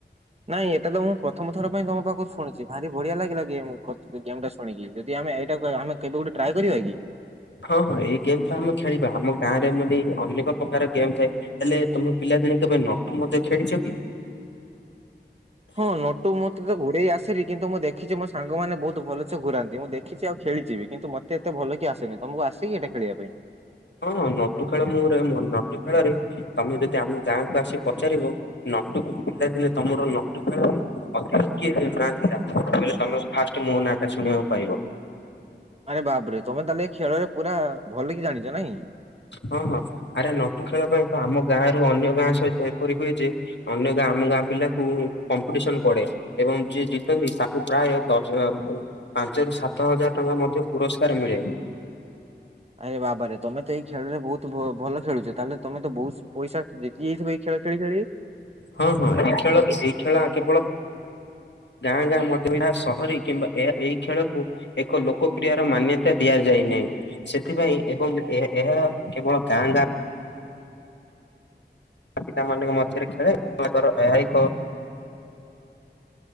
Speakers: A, on the right; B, on the left.
A: ନାଇଁ ଏଟା ତ ମୁଁ! ପ୍ରଥମ ଥର ପାଇଁ ତମ ପାଖରୁ ଶୁଣିଛି। ଭାରିବଢିଆ ଲାଗିଲା ଗେମ୍ ଟା ଶୁନିକି ଯଦି ଆମେ ଏଇଟା ଆମେ କେତେ ଗୋଟେ ଟ୍ରାଏ କରିବା କି?
B: ହଁ ହଁ ଏଇ ଗେମ୍ ତ ଆମେ ଖେଳିବା। ଆମ ଗାଁ ରେ ଏମ ଅନେକ ପ୍ରକାର ଗେମ୍ ଥାଏ। ହେଲେ ତମେ ପିଲାଦିନେ କେବେ ନଟୁ ମଧ୍ୟ ଖେଳିଛ କି?
A: ହଁ ନଟୁ ମୁଁ ତ ଘୁଡେଇ ଆସେନି। କିନ୍ତୁ ମୁଁ ଦେଖିଛି ମୋ ସାଙ୍ଗମାନେ ବହୁତ ଭଲସେ ଘୁରାନ୍ତି ମୁଁ ଦେଖିଛି ଆଉ ଖେଳିଛିିବି। କିନ୍ତୁ ମତେ ଏତେ ଭଲ କି ଆସେନି। ତମକୁ ଆସିକି ଏଟା ଖେଳିବା ପାଇଁ।
B: ହଁଁ ନଟୁ ଖେଳ ମୋରେ ନଟୁ ଖେଳ ରେ ତମେ ଯଦି ଆମ ଗାଁକୁ ଆସି ପଚାରିବ - ନଟୁ ପିଲାଦିନେ ତମର ନଟୁକଳରେ ଅତି କିଏ ନା ଥିଲା କହିଲ ତମେ- ଫାଷ୍ଟ ମୋ ନାଁଟା ଶୁଣିବାକୁ ପାଇବ।
A: ଆରେ ବାବରେ ତମେ ତାହେଲେ ଖେଳ ରେ ପୁରା ଭଲ କି ଜାଣିଛ ନାଇଁ।
B: ହଁ ହଁ ଆରେ ନଟୁ ଖେଳ ପାଇଁ ତ ଆମ ଗାଁରୁ ଅନ୍ୟ ଗାଁ ସହିତ ଏପରି ହୁଏ ଯେ- ଅନ୍ୟ ଗାଁ ଆମ ଗାଁ ପିଲାକୁ କମ୍ପିଟିସନ ପଡେ। ଏବଂ ଯିଏ ଜିତନ୍ତି ତାକୁ ପ୍ରାୟ ଦଶ ପାଞ୍ଚ ରୁ ସାତ ହଜାର ଟଙ୍କା ମଧ୍ୟ ପୁରସ୍କାର ମିଳେ।
A: ଆରେ ବାବାରେ ତମେ ତ ଏଇ ଖେଳରେ ବହୁତ ଭଲ ଖେଳୁଛ ତାହେଲେ ତମେ ତ ବହୁତ ପଇସା ଜିତି ଯାଇଥିବ ଏଇ ଖେଳ ଖେଳି ଖେଳି
B: ହଁ ହଁ ଏଇ ଖେଳ ଏଇ ଖେଳ କେବଳ ଗାଁ ଗାଁ ମଧ୍ୟ ଏହା ସହରୀ କିମ୍ବା ଏ ଏଇ ଖେଳକୁ ଏକ ଲୋକପ୍ରିୟ ର ମାନ୍ୟତା ଦିଆଯାଇନାହିଁ। ସେଥିପାଇଁ ଏବଂ ଏହା ଏହା କେବଳ ଗାଁ ଗାଁ ପିତା ମଙ୍କ ମଧ୍ୟରେ ଖେଳେ ତାଙ୍କର ଏହା କ